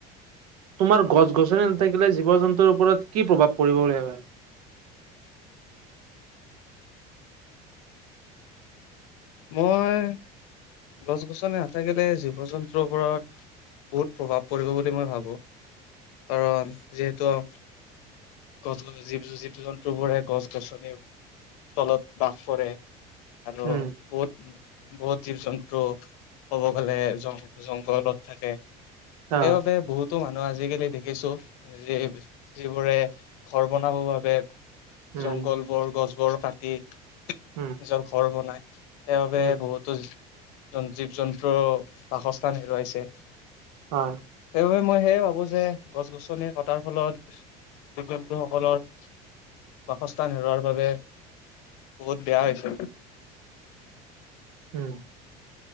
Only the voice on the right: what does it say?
তোমাৰ গছ-গছনি নাথাকিলে জীৱ জন্তুৰ ওপৰত কি প্ৰভাৱ পৰিব বুলি ভাবে?
উম
অ
উম
উম
উম
হয়
উহ।